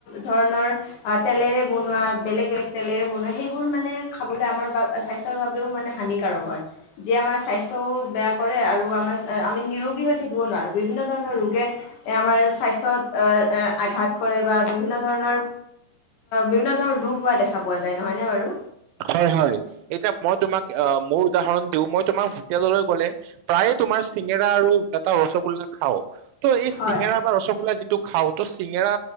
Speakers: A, on the left; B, on the right.
A: ধৰণৰ তেলেৰে বনোৱা, বেলেগ বেলেগ তেলেৰে বনোৱা সেইবোৰ মানে খাবলৈ আমাৰ বাবে, স্বাস্থ্যৰ বাবেও মানে হানিকাৰক হয়। যিয়ে আমাৰ স্বাস্থ্যও বেয়া কৰে আৰু আমাৰ, আমি নিৰোগী হৈ থাকিব নোৱাৰোঁ। ‌ বিভিন্ন ধৰণৰ ৰোগে আমাৰ স্বাস্থ্যত আঘাত কৰে বা বিভিন্ন ধৰণৰ, বিভিন্ন ধৰণৰ ৰোগ হোৱা দেখা পোৱা যায়। নহয় নে বাৰু?
B: হয়, হয়, এতিয়া মই তোমাক অ'হ মোৰ উদাহৰণ দিও, মই তোমাৰ হোটেললৈ গ'লে প্ৰায়ে তোমাৰ চিঙৰা আৰু এটা ৰসগোল্লা খাও। ত' এই
A: হয়
B: চিঙেৰা বা ৰসগোল্লা যিটো খাও তো চিঙেৰা